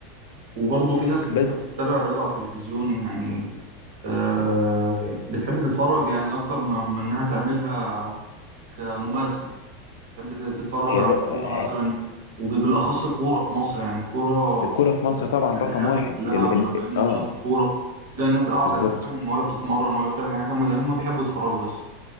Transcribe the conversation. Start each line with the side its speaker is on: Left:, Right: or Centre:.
Right: وبرضه في ناس بتحب
Left: بس
Right: تتابع الرياضة على التلفزيون يعني آه بتحب تتفرج يعني أكتر ما ما إنها تعملها كممارسة تحب ت- تتفرج
Left: هي
Right: عن
Left: بقى
Right: الكورة
Left: ه-
Right: مثلا وبالأخص الكورة في مصر يعني الكورة
Left: الكرة
Right: بت-
Left: في مصر طبعا
Right: تقريبا
Left: رقم
Right: القهاوي
Left: واحد
Right: كلها
Left: ال
Right: مشغلين
Left: ال
Right: ماتشات
Left: اه
Right: كورة تلاقي الناس قاعدة
Left: بالظبط
Right: أساسا ولا بتتمرن ولا بتعمل أي حاجة هما ده هما بيحبوا يتفرجوا
Left: مم.
Right: بس